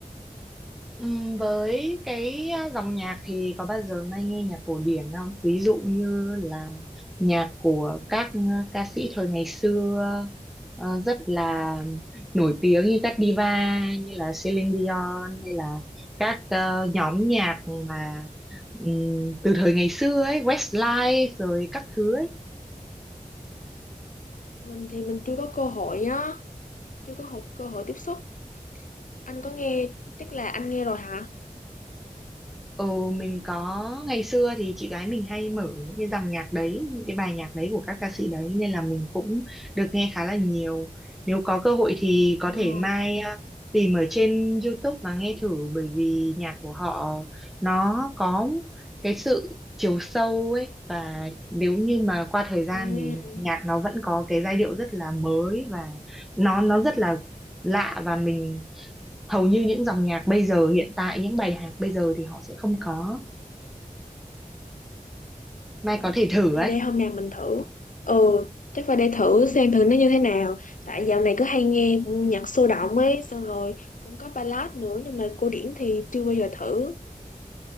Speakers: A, in the centre; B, on the left.
A: Ừm, với cái à, dòng nhạc thì có bao giờ Mai nghe nhạc cổ điển không? Ví dụ như là nhạc của các ừ, ca sĩ thời ngày xưa ờ, rất là nổi tiếng như các diva như là Celine Dion hay là các ờ, nhóm nhạc mà ừm, từ thời ngày xưa ấy, Westlife rồi các thứ ấy.
B: mình thì mình chưa có cơ hội á chưa có hộ- cơ hội tiếp xúc anh có nghe chắc là anh nghe rồi hả
A: Ừ, mình có ngày xưa thì chị gái mình hay mở những cái dòng nhạc đấy, những cái bài nhạc đấy của các ca sĩ đấy nên là mình cũng được nghe khá là nhiều. Nếu có cơ hội thì
B: Ồ.
A: có thể mai à, tìm ở trên YouTube và nghe thử bởi vì nhạc của họ nó có cái sự chiều sâu ấy và nếu như mà qua thời
B: ừm,
A: gian thì nhạc nó vẫn có cái giai điệu rất là mới và nó nó rất là lạ và mình hầu như những dòng nhạc bây giờ hiện tại những bài hát bây giờ thì họ sẽ không có Mai
B: yeah.
A: có thể thử
B: Thì
A: ấy
B: để hôm nào mình thử ừ chắc phải để thử xem thử nó như thế nào tại dạo này cứ hay nghe nhạc sôi động ấy xong rồi cũng có ballad nữa nhưng mà cổ điển thì chưa bao giờ thử